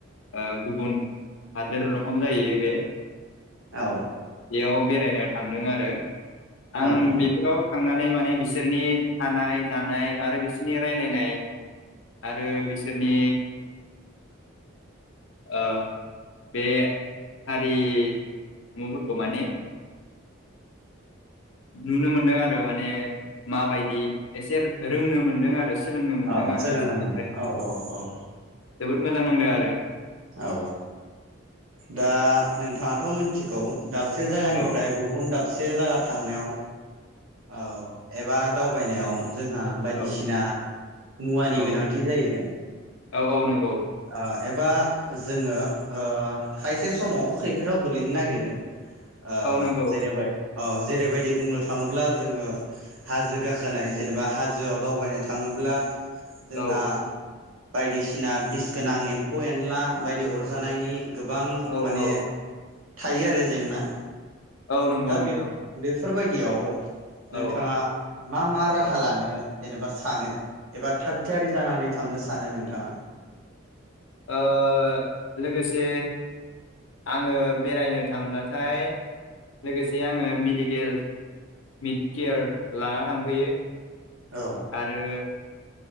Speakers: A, on the left; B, on the right.
A: ओ गुबुन हादोर रखम जायो बे
B: औ
A: बेयाव बे बेरायनो थांदों आरो आं
B: औ औ
A: बेफोराव थांनानै माने बिसोरनि थानाय जानाय आरो बिसोरनि रायजलायनाय आरो बिसोरनि ओ बे हारिमुफोरखौ माने नुनो मोनदों आरो माने माबायदि एसे रोंनो मोनदों आरो सोलोंनो मोनदों
B: औ
A: आं
B: सोलोंनो
A: बिसोरनिफ्राय
B: मोनदों औ औ औ
A: जोबोद मोजां नांदों आरो
B: औ दा नोंथाङाथ मोनथिगौ दाबसे जायगानिफ्राय
A: औ
B: गुबुन दाबसे जायगा थांनायाव औ एबा दावबायनायाव जोंहा बायदिसिना
A: औ
B: मुवानि
A: औ
B: गोनांथि जायो
A: औ औ नंगौ
B: ओ एबा जोङो ओ खायसे समाव खैफोदाव गोलैनो नागिरो ओ
A: औ नंगौ
B: जेरैबाय औ जेरैबायदि बुंनो थाङोब्ला जोङो हाजो गाखोनाय जेनेबा हाजोआव दावबायनो थाङोब्ला जोंहा
A: औ
B: बायदिसिना बिस गोनां एम्फौ एनला बायदि अरजानायनि गोबां
A: औ
B: माने
A: औ
B: थायो आरो जेंना
A: औ नंगौ
B: दा
A: नोंथां
B: बे बेफोरबायदियाव नोंथाङा
A: औ
B: मा मा राहा
A: औ ओ
B: लानो जेनेबा सानो एबा थाग थियारि जानानै थांनो सानो नोंथाङा
A: ओ लोगोसे आङो बेरायनो थांब्लाथाय लोगोसे आङो मेडिकेल मिट केयार लाना थांफायो
B: औ
A: आरो